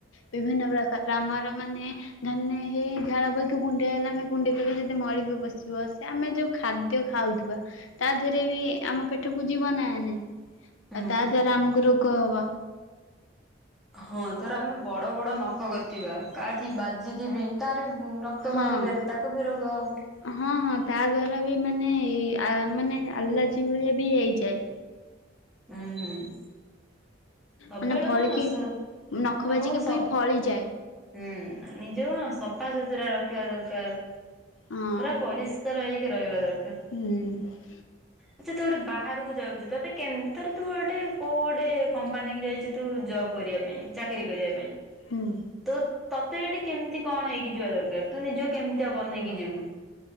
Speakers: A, on the left (about 80°); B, in the centre.
A: ବିଭିନ୍ନ ପ୍ରକାର ଆମର ମାନେ ଧାନ ହେଇ ଝାଳ ବହିକି କୁଣ୍ଡେଇ ହେଲେ ଆମେ କୁଣ୍ଡେଇ ଦେବେ ଯଦି ମଳି ବି ପସିବ ସେ ଆମେ ଯୋଉ ଖାଦ୍ୟ ଖାଉଥିବା ତା ଦେହରେ ବି ଆମ ପେଟକୁ ଯିବ ନା ନାଇଁ?
B: ହୁଁ।
A: ଆଉ ତା ଦ୍ଵାରା ଆମକୁ ରୋଗ୍ ରୋଗ ହବ
B: ହଁ ଧର ଆମେ ବଡ ବଡ ନଖ କରିଥିବା କାଠି ବାଜିକି ବି ତାର ବି ଉଁ ରକ୍ତ
A: ହଁ।
B: ବାହାରିିବାରେ ତାକୁ ବି ରୋଗ ହବ।
A: ହଁ ହଁ ତା ଦ୍ଵାରା ମାନେ ଆ ମାନେ ଆଲାର୍ଜି ଭଳିଆ ବି ହେଇଯାଏ।
B: ଉ ହୁଁ ସବୁବେଳେ
A: ମାନେ ଫଳିକି
B: କଣ ଆସୁ,
A: ନଖ
B: ଆମକୁ
A: ବାଜିକି
B: ସ,
A: ବି ଫଳିଯାଏ
B: ହୁଁ ନିଜକୁ ନା ସଫାସୁତୁରା ରଖିବା ଦରକାର।
A: ହଁ।
B: ପୁରା ପରିଷ୍କାର ହେଇକି କି ରହିବାଦ କର୍
A: ହୁଁ
B: ଆଛା ତୁ ଗୋଟେ ବାହାରକୁ ଯାଉଛୁ ତତେ କେମ ତର୍ ତୁ ଗୋଟେ କଉ ଗୋଟେ କମ ପାନିକି ଯାଇଚ୍ ଚେ ତୁ ଜବ କରିବା ପାଇଁ ଚାକିର କରିବା ପାଇଁ
A: ହୁଁ
B: ତ ତତେ ଏଠି କେମିତି କଣ ହେଇକି ଯିବା ଦରକାର? ତୁ ନିଜକୁ କେମିତିଆ ବନେଇକି ଯିବୁ?